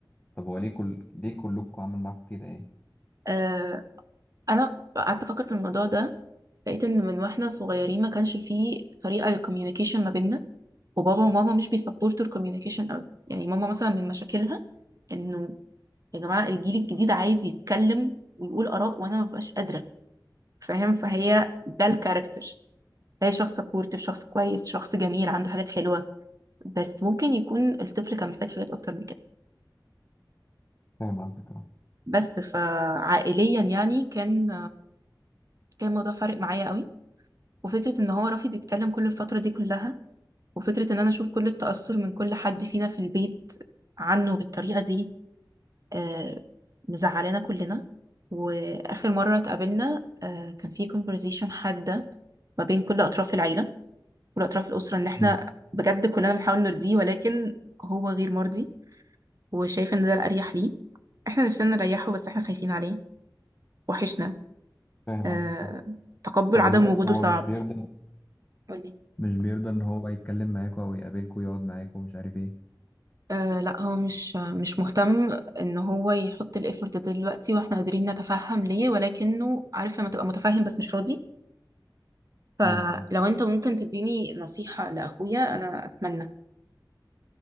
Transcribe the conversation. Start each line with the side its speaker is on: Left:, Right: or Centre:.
Left: طب هو ليه كل ليه كلكم عامل معاكم كده يعني
Right: آه انا قعدت افكر في الموضوع ده لقيت ان من واحنا صغيرين ما كانش فيه طريقه للكوميونيكيشن ما بيننا وبابا وماما مش بيسبورتوا الكوميونيكيشن قوي يعني ماما مثلا من مشاكلها انه يا جماعه الجيل الجديد عايز يتكلم ويقول اراء وانا ما ببقاش قادره فاهم فهي ده الكاركتر هي شخص سبورتيف شخص كويس شخص جميل عنده حاجات حلوه بس ممكن يكون الطفل كان محتاج حاجات اكتر من كده
Left: فاهم قصدك اه
Right: بس فعائليا يعني كان كان الموضوع فارق معايا قوي وفكرة ان هو رافض يتكلم كل الفترة دي كلها وفكرة ان انا اشوف كل التأثر من كل حد فينا في البيت عنه بالطريقة دي آه، مزعلانا كلنا واخر مرة اتقابلنا آه، كان في conversation حادة ما بين كل اطراف العيلة كل اطراف الاسرة ان احنا
Left: مم.
Right: بجد كلنا بنحاول نرضيه ولكن هو غير مرضي وشايف ان ده الاريح ليه احنا نفسنا نريحه بس احنا خايفين عليه وحشنا
Left: فاهم
Right: آه
Left: قصدك اه
Right: تقبل
Left: طب
Right: عدم
Left: هو
Right: وجوده
Left: هو
Right: صعب
Left: مش بيرضى
Right: قولي
Left: مش بيرضى ان هو يتكلم معاكم او يقابلكم ويقعد معاكم ومش عارف
Right: آه لا هو مش مش مهتم ان هو يحط الايفورت ده دلوقتي واحنا قادرين نتفهم ليه ولكنه عارف لما تبقى متفهم بس مش راضي فلو
Left: ايه
Right: انت ممكن تديني نصيحة لاخويا انا اتمنى